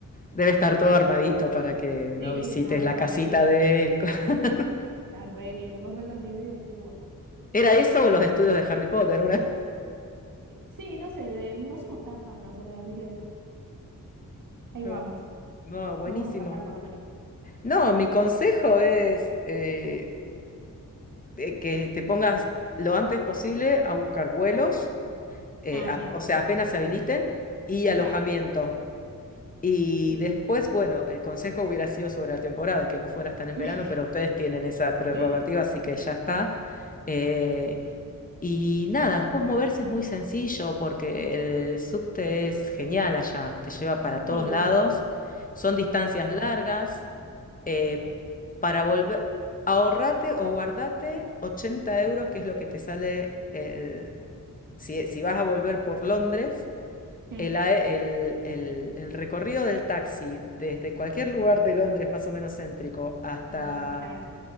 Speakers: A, on the left; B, on the right.
A: debe estar todo armadito para que
B: Sí,
A: no visites
B: no, está
A: la casita
B: re lindo,
A: de él. <laughs>
B: está re lindo. Vos ves los videos y decís, wow.
A: ¿Era eso o los estudios de Harry Potter? Una...
B: Sí, no sé, de- no somos tan fan nosotras, así que ahí
A: No,
B: vamos.
A: no, buenísimo.
B: Vamos a pasar por lo menos.
A: No, mi consejo es eh, eh, que te pongas lo antes posible a buscar vuelos, eh,
B: Ah,
A: a-
B: sí,
A: o sea, apenas se habiliten, y alojamiento.
B: claro,
A: Y
B: sí.
A: después, bueno, el consejo hubiera sido sobre la temporada, que no fueras tan en
B: <laughs>
A: verano, pero ustedes tienen esa prerrogativa,
B: Sí,
A: así que ya está. Eh, y nada, después moverse es muy sencillo porque el subte es genial allá, te lleva para todos
B: sí,
A: lados, son distancias
B: qué hermoso.
A: largas. eh, para volver, ahorrate o guardate 80 euros, que es lo que te sale el- si, si vas a volver por Londres
B: Mm.
A: el, a- el- el- el recorrido del taxi desde cualquier lugar de Londres más o menos céntrico hasta
B: Ah, claro.